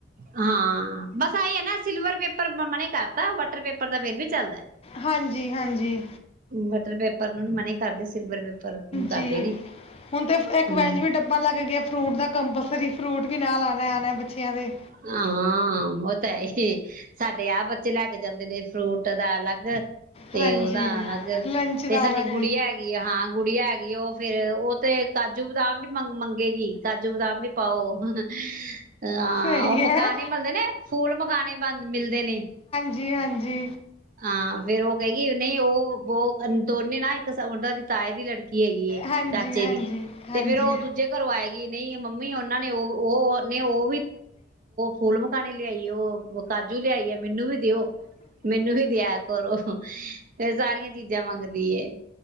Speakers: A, on the right (about 45°); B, on the left (about 30°).
A: ਹਾਂ ਬਸ ਆਹੀ ਐ ਨਾ ਸਿਲਵਰ ਪੇਪਰ ਮਨਾ ਈ ਕਰਤਾ ਵਟਰ ਪੇਪਰ ਦਾ ਫਿਰ ਵੀ ਚੱਲਦਾ
B: ਹਾਂਜੀ ਹਾਂਜੀ
A: ਵਟਰ ਪੇਪਰ ਨੂੰ ਮਨਾ ਈ ਕਰਦੇ ਸਿਲਵਰ ਪੇਪਰ ਨੂੰ ਕਰਦੇ
B: ਜੀ
A: ਨੇ ਹੂੰ
B: ਹੁਣ ਤੇ ਇੱਕ ਵੈਂਜ ਵੀ ਡੱਬਾ ਲੱਗ ਗਿਆ ਫਰੂਟ ਦਾ ਕੰਪਲਸਰੀ ਫਰੂਟ ਵੀ ਨਾਲ ਆਉਣਾ ਆਉਣਾ ਬੱਚਿਆਂ ਦੇ
A: ਹਾਂ ਉਹ ਤਾਂ ਹੈ ਏ ਸਾਡੇ ਆਹ ਬੱਚੇ ਲੈ ਕੇ ਜਾਂਦੇ ਨੇ ਫਰੂਟ ਦਾ ਅਲੱਗ ਤੇ
B: ਹਾਂਜੀ
A: ਉਹਦਾ ਅਲੱਗ
B: ਲੰਚ ਦਾ
A: ਤੇ ਸਾਡੀ
B: ਅਲੱਗ
A: ਗੁੜੀਆ ਹੈਗੀ ਆ ਹਾਂ ਗੁੜੀਆ ਹੈਗੀ ਉਹ ਫੇਰ ਉਹ ਤੇ ਕਾਜੂ ਬਦਾਮ ਵੀ ਮੰਗ ਮੰਗੇਗੀ ਕਾਜੂ ਬਦਾਮ ਵੀ ਪਾਓ ਹਾਂ
B: ਸਹੀ
A: <unintelligible>
B: ਹੈ
A: ਮਿਲਦੇ ਨੇ ਫੂਲ ਮਖਾਣੇ ਬੰਦ ਮਿਲਦੇ ਨੇ
B: ਜੀ ਹਾਂਜੀ
A: ਹਾਂ ਫੇਰ ਉਹ ਕਹਿ ਗਈ ਨਹੀਂ ਓ ਵੋ ਦੋਨੇ ਨਾ ਇੱਕ ਉਹਨਾਂ ਦੀ ਤਾਏ ਦੀ ਲੜਕੀ ਹੈਗੀ ਏ
B: ਹਾਂਜੀ
A: ਚਾਚੇ
B: ਹਾਂਜੀ
A: ਦੀ
B: ਹਾਂਜੀ
A: ਤੇ ਫੇਰ ਉਹ ਦੂਜੇ ਘਰੋਂ ਆਏਗੀ ਨਹੀਂ ਮੰਮੀ ਉਹਨਾਂ ਨੇ ਓ ਓ ਫੂਲ ਮਖਾਨੇ ਲਿਆਈ ਓ ਕਾਜੂ ਲਿਆਈ ਆ ਮੈਨੂੰ ਵੀ ਦਿਓ ਮੈਨੂੰ ਵੀ ਦਿਆ ਕਰੋ ਫੇਰ ਸਾਰੀਆਂ ਚੀਜ਼ਾਂ ਮੰਗਦੀ ਏ